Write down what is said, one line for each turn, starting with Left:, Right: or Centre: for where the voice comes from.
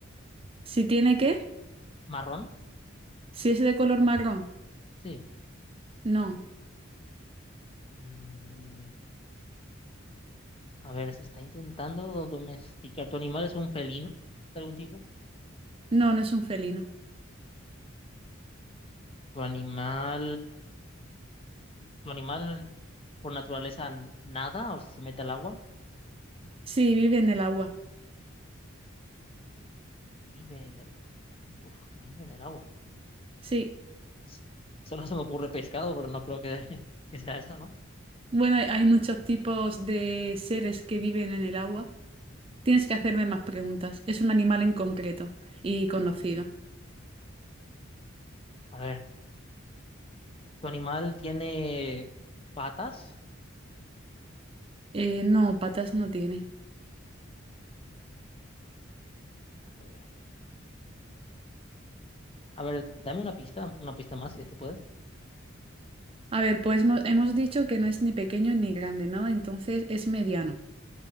Right: Si tiene qué,
Left: ¿Marrón?
Right: si es de color marrón,
Left: Sí.
Right: no,
Left: Mm, a ver, se está intentando domesticar. ¿Tu animal es un felino? de algún tipo?
Right: no, no es un felino.
Left: ¿Tu animal, tu animal por naturaleza n- nada o se mete al agua?
Right: Sí, vive en el agua.
Left: Vive en el, uf, vive en el agua.
Right: Sí.
Left: S- Solo se me ocurre pescado, pero no creo que, <laughs> que sea eso, ¿no?
Right: Bueno, hay hay muchos tipos de seres que viven en el agua. Tienes que hacerme más preguntas. Es un animal en concreto y conocido.
Left: A ver, ¿tu animal tiene patas?
Right: Eh, no, patas no tiene.
Left: A ver, a ver, dame una pista, una pista más si es que puedes.
Right: A ver, pues hemos hemos dicho que no es ni pequeño ni grande, ¿no? Entonces es mediano.